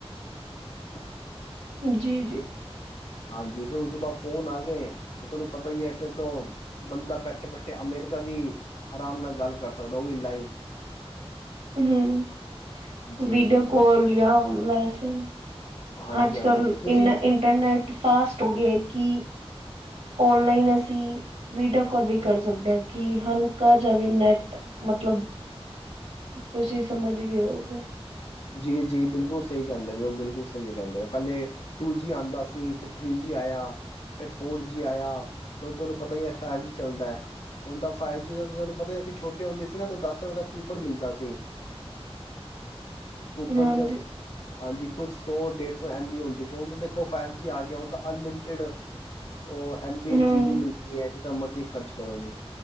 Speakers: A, on the left; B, on the right.
A: <inaudible>
B: ਜੀ- ਜੀ
A: ਹਾਂਜੀ ਫਿਰ ਹੁਣ ਉਸ ਤੋਂ ਬਾਅਦ ਫੋਨ ਆ ਗਏ ਫਿਰ ਤੁਹਾਨੂੰ ਪਤਾ ਹੀ ਹੈ। ਫਿਰ ਤੋਂ ਬੰਦਾ ਬੈਠੇ ਬੈਠੇ ਅਮੇਰੀਕਾ ਵੀ ਆਰਾਮ ਨਾਲ ਗੱਲ ਕਰ ਸਕਦਾ ਉਹ ਵੀ ਲਾਈਵ।
B: ਹਮ
A: ਜੀ
B: ਵੀਡੀਓ
A: ਜੀ
B: ਕੋਲ ਯ ਵੈਸੇ।
A: ਹਾਂਜੀ
B: ਅੱਜ
A: ਹਾਂਜੀ
B: ਕੱਲ
A: ਤੁਸੀਂ
B: ਇਨਾ ਇੰਟਰਨੈਟ। ਫਾਸਟ ਹੋ ਗਏ ਕਿ। ਓਨਲਾਈਨ ਅਸੀਂ ਵੀਡੀਓ ਕੋਲ ਵੀ ਕਰ ਸਕਦੇ ਹਾਂ ਕਿ। ਹਲਕਾ ਜਾਂ ਵੀ ਨੈਟ ਮਤਲਬ ਤੁਸੀਂ ਸਮਝ ਗਏ ਹੋਗੇ।
A: ਜੀ ਜੀ ਬਿਲਕੁਲ ਸਹੀ ਕਹਿੰਦੇ ਪੇ ਉਹ ਬਿਲਕੁਲ ਸਹੀ ਕਹਿੰਦੇ ਪਹਿਲੇ ਟੂ ਜੀ ਆਉਂਦਾ ਸੀ ਫਿਰ ਥ੍ਰੀ ਜੀ ਆਇਆ ਫਿਰ ਫੋਰ ਜੀ ਆਇਆ ਫਿਰ ਤੁਹਾਨੂੰ ਪਤਾ ਹੀ ਹੈ ਫੈਵ ਜੀ ਚੱਲਦੈ ਹੁਣ ਫਾਈਵ ਜੀ ਦਾ ਤੁਹਾਨੂੰ ਪਤਾ ਅਸੀ ਛੋਟੀ ਹੁੰਦੀ ਸੀ ਨਾ ਤਾਂ ਦਸ ਰਪਏ ਦਾ ਕੂਪਰ ਮਿਲਦਾ ਸੀ। ਕੁੂਪਨਚਸ
B: ਹਾਂਜੀ
A: ਹਾਂਜੀ ਕੁਛ ਸੌ ਡੇਢ-ਸੌ ਐਮ-ਬੀ ਹੁੰਦੀ ਸੀ ਹੁਣ ਤਾਂ ਦੇਖੋ ਫਾਈਵ ਜੀ ਆ ਗਿਆ ਹੁਣ ਤਾਂ ਅਨਲਿਮਟਿਡ ਉਹ ਐਮ-ਬੀ
B: ਹਮ
A: ਜੀ-ਬੀ ਮਿਲਦੀ ਹੈ ਮਰਜ਼ੀ ਖਰਚ ਕਰੋ ਜੀ।